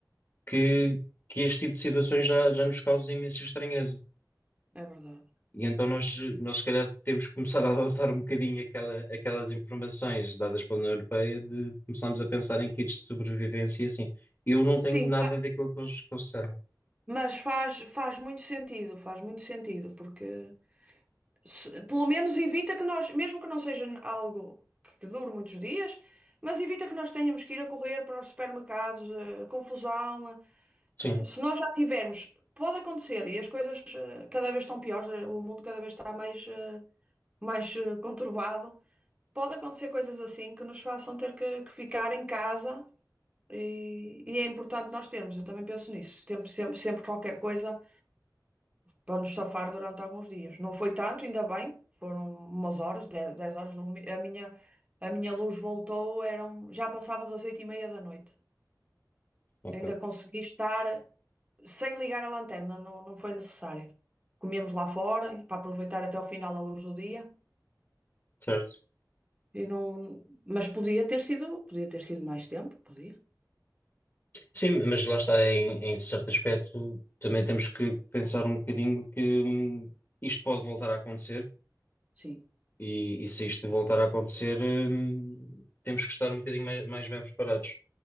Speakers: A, on the left; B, on the right.
A: que, que este tipo de situações já, já nos causa imensa estranheza.
B: é verdade.
A: E então nós, nós se calhar temos que começar a adotar um bocadinho aquela, aquelas informações dadas pela União Europeia de, de começarmos a pensar em kits de sobrevivência e assim. Eu
B: Sim,
A: não tenho nada
B: fa-
A: daquilo que eles, que eles disseram.
B: mas faz, faz muito sentido, faz muito sentido, porque se- pelo menos evita que nós, mesmo que não seja n- algo que dure muitos dias, mas evita que nós tenhamos que ir a correr para os supermercados, a confusão. a-
A: Sim,
B: a- se nós já tivermos, pode acontecer, e as coisas eh, cada vez estão piores, eh, o mundo cada vez está mais, eh, mais eh, conturbado. Pode acontecer coisas assim que nos façam ter que, que ficar em casa e, e é importante nós termos, eu também penso nisso, temos sempre, sempre qualquer coisa para nos safar durante alguns dias. Não foi tanto, ainda bem, foram umas horas, 10 10 horas, o mi- a minha, a minha luz voltou, eram, já passava das 8 e meia da noite.
A: ok,
B: Ainda consegui estar sem ligar a lanterna, não, não foi necessário. Comemos lá fora para aproveitar até o final a luz do dia.
A: certo.
B: E não, mas podia ter sido, podia ter sido mais tempo, podia,
A: Sim, mas lá está, em, em certo aspecto, também temos que pensar um bocadinho que hum, isto pode voltar a acontecer
B: sim.
A: e, e se isto voltar a acontecer, hum, temos que estar um bocadinho mais, mais bem preparados.